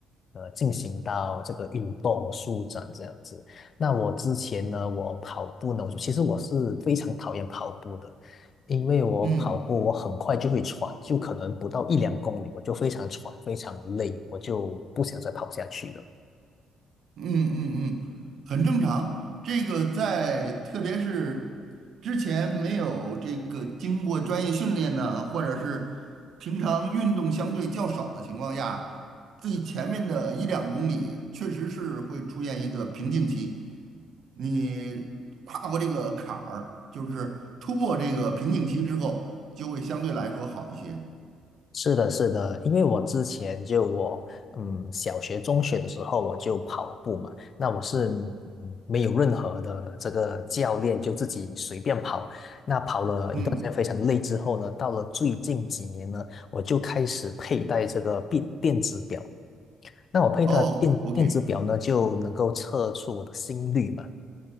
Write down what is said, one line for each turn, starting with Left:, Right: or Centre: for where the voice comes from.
Left: 呃，进行到这个运动舒展这样子。那我之前呢，我跑步呢，我其实我是非常讨厌跑步的，因为我跑步我很快就会喘，
Right: 嗯，
Left: 就可能不到一两公里，我就非常喘，非常累，我就不想再跑下去了。
Right: 嗯嗯嗯，很正常。这个在特别是之前没有这个经过专业训练呢，或者是平常运动相对较少的情况下，最前面的一两公里确实是会出现一个瓶颈期。你跨过这个坎儿，就是突破这个瓶颈期之后，就会相对来说好一些。
Left: 是的，是的，因为我之前就我，嗯，小学、中学的时候我就跑步嘛，那我是嗯没有任何的这个教练，就自己随便跑。那跑了一段时间非常累之后呢，
Right: 嗯，
Left: 到了最近几年呢，我就开始佩戴这个电电子表。那我佩戴电电子表呢，
Right: 哦，OK，
Left: 就能够测出我的心率嘛。